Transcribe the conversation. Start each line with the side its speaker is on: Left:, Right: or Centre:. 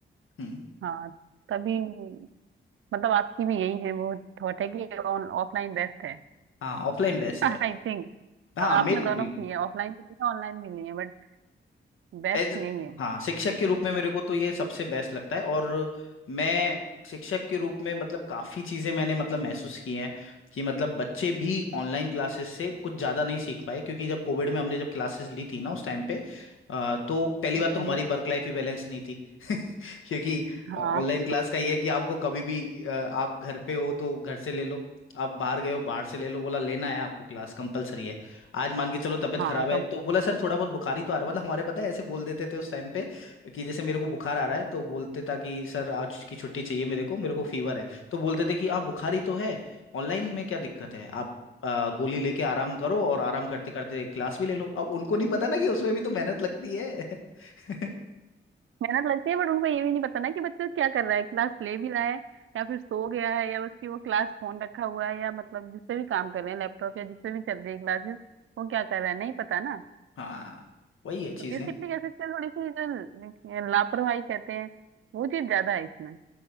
Left: हम्म
Right: हाँ तभी मतलब आपकी भी यही है वो थॉट है कि ऑन ऑफलाइन बेस्ट है
Left: हाँ ऑफलाइन बेस्ट
Right: <laughs> आई
Left: है
Right: थिंक मतलब
Left: हाँ मेरे
Right: आपने दोनों
Left: बिल्कुल
Right: की है ऑफलाइन भी लिए ऑनलाइन भी लिए बट बेस्ट
Left: एज
Right: यही है
Left: हाँ शिक्षक के रूप में मेरे को तो ये सबसे बेस्ट लगता है और मैं शिक्षक के रूप में मतलब काफी चीजें मैंने मतलब महसूस की हैं कि मतलब बच्चे भी ऑनलाइन क्लासेस से कुछ ज्यादा नहीं सीख पाए क्योंकि जब कोविड में हमने जब क्लासेस ली थी ना उस टाइम पे अ, तो पहली
Right: जी
Left: बात तो हमारी वर्क लाइफ ही बैलेंस नहीं थी क्योंकि
Right: हाँ
Left: ऑनलाइन क्लास का ये है कि आपको कभी भी अ, आप घर पे हो तो घर से ले लो आप बाहर गए हो बाहर से ले लो बोला लेना है आपको क्लास कंपलसरी है आज मान के चलो तबीयत
Right: हाँ
Left: खराब है
Right: कम
Left: तो बोला सर थोड़ा बहुत बुखार ही तो आ रहा है मतलब हमारे पता है ऐसे बोल देते थे उस टाइम पे कि जैसे मेरे को बुखार आ रहा है तो बोलते था कि सर आज की छुट्टी चाहिए मेरे को मेरे को फीवर है तो बोलते थे कि आप बुखार ही तो है ऑनलाइन में क्या दिक्कत है आप अ, गोली लेके आराम करो और आराम करते करते क्लास भी ले लो अब उनको नहीं पता ना कि उसमें भी तो मेहनत लगती है <laughs>
Right: मेहनत लगती है बट उनको ये भी नहीं पता ना कि बच्चा क्या कर रहा है क्लास ले भी रहा है या फिर सो गया है या उसकी वो क्लास फोन रखा हुआ है या मतलब जिससे भी काम कर रहे हैं लैपटॉप या जिससे भी चल रही है क्लासेस वो क्या कर रहा है नहीं पता ना
Left: हाँ वही है
Right: तो
Left: चीजें
Right: बेसिकली कह सकते हैं थोड़ी सी जो लापरवाही कहते हैं वो चीज ज्यादा है इसमें